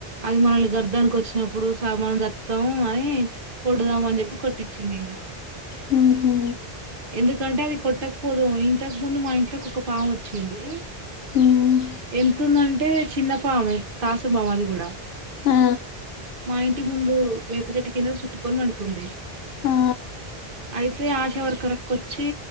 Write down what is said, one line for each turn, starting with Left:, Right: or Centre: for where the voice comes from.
Right: అది మనల్ని గర్దానికి వచ్చినప్పుడు స మనం సత్తాం అని కొడుదాం అని చెప్పి కొట్టిచ్చిండు ఇంగ.
Left: హుహు
Right: ఎందుకంటే అది కొట్టక్ పోదుము ఇంతకు ముందు మా ఇంట్లకి ఒక పామోచ్చింది.
Left: ఉమ్
Right: ఎంతుందంటె ఏ చిన్న పామె తాసుం పాము అది కూడా.
Left: ఆ
Right: మా ఇంటి ముందు, వేప చెట్టు కింద సుట్టుకొని పండుకుంది.
Left: ఆ
Right: అయితే ఆశ వర్ అక్కరకొచ్చి